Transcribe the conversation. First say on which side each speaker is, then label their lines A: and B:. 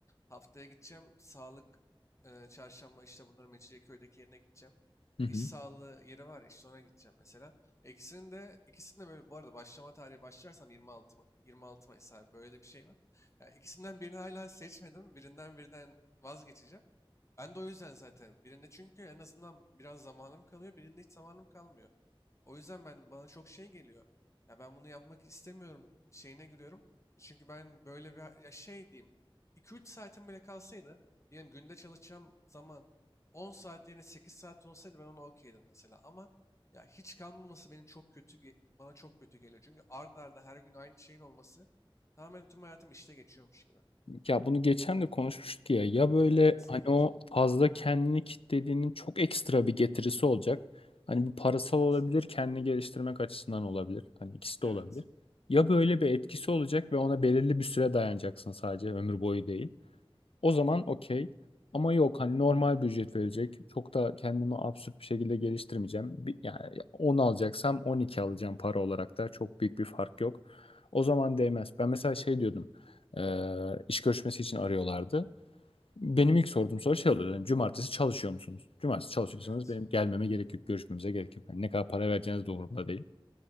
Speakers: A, on the left; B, on the left.
A: Haftaya gideceğim sağlık e, çarşamba işte bunların Mecidiyeköy'deki yerine gideceğim.
B: Hı
A: E,
B: hı.
A: iş sağlığı yeri var ya, işte ona gideceğim mesela. İkisinin de ikisinin de böyle bu arada başlama tarihi başlarsam 26 Ma- 26 Mayıs abi böyle de bir şey var. Ya ikisinden birini hala seçmedim. Birinden birden vazgeçeceğim. Ben de o yüzden zaten birinde çünkü en azından biraz zamanım kalıyor, birinde hiç zamanım kalmıyor. O yüzden ben bana çok şey geliyor. Ya ben bunu yapmak istemiyorum şeyine giriyorum. Çünkü ben böyle bir ya şey diyeyim 2-3 saatim bile kalsaydı diyelim günde çalışacağım zaman 10 saat yerine 8 saat olsaydı ben ona okeydim mesela ama ya hiç kalmaması benim çok kötü ge- bana çok kötü geliyor. Çünkü ard arda her gün aynı şeyin olması tamamen tüm hayatım işte geçiyormuş gibi.
B: Ya bunu geçen de konuşmuştuk ya. Ya böyle
A: Evet,
B: hani
A: evet,
B: o fazla kendini kitlediğinin çok ekstra bir getirisi olacak. Hani bu parasal
A: evet,
B: olabilir, kendini geliştirmek açısından olabilir. Hani ikisi de
A: evet,
B: olabilir. Ya böyle bir etkisi olacak ve ona belirli bir süre dayanacaksın sadece ömür boyu değil. O zaman okey. Ama yok hani normal bir ücret verecek. Çok da kendimi absürt bir şekilde geliştirmeyeceğim. Bir, yani 10 alacaksam 12 alacağım para olarak da. Çok büyük bir fark yok. O zaman değmez. Ben mesela şey diyordum. eee, iş görüşmesi için arıyorlardı. Benim ilk sorduğum soru şey oluyor yani, cumartesi çalışıyor musunuz? Cumartesi çalışıyorsanız
A: evet,
B: benim gelmeme gerek yok. Görüşmemize gerek yok. Yani ne kadar para vereceğiniz de umurumda değil.